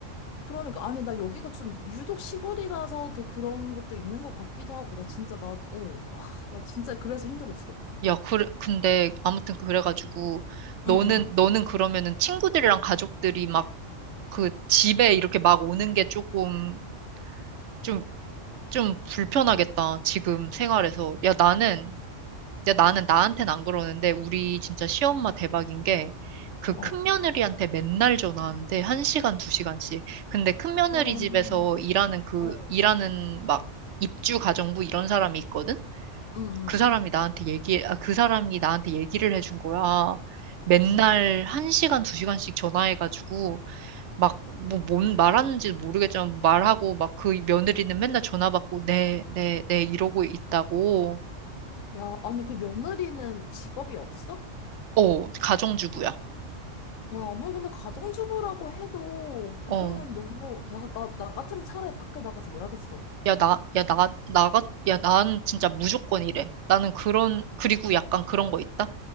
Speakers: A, on the left; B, on the right.
A: 그러니까, 아니, 나 여기가 좀 유독 시골이라서 더 그런 것도 있는 것 같기도 하고, 나 진짜, 나, 어, 아, 나 진짜 그래서 힘들었어.
B: 야, 그래, 근데 아무튼 그래가지고 너는,
A: 응, 응,
B: 너는 그러면은 친구들이랑 가족들이 막 그 집에 이렇게 막 오는 게 조금 좀, 좀 불편하겠다. 지금 생활에서. 야, 나는 이제 나는 나한텐 안 그러는데 우리 진짜 시엄마 대박인 게 그
A: 어.
B: 큰며느리한테 맨날 전화하는데 한시간두시간씩 근데 큰며느리
A: 어,
B: 집에서
A: 음,
B: 일하는 그
A: 어.
B: 일하는 막 입주 가정부 이런 사람이 있거든?
A: 응,
B: 그 사람이 나한테 얘기 아, 그 사람이 나한테 얘기를 해준 거야. 맨날
A: 응. 와,
B: 한시간두시간씩 전화해가지고 막 뭐 뭔 말하는지 모르겠지만 뭐 말하고 막 그 며느리는 맨날 전화 받고 네, 네, 네 이러고 있다고.
A: 야, 아니, 그 며느리는 직업이 없어?
B: 어, 가정주부야.
A: 야, 아무리 근데 가정주부라고 해도, 그거는
B: 어.
A: 너무, 야, 나, 나 같으면 차라리 밖에 나가서 일하겠어.
B: 야, 나, 야, 나, 나, 같- 야, 난 진짜 무조건 이래. 나는 그런, 그리고 약간 그런 거 있다?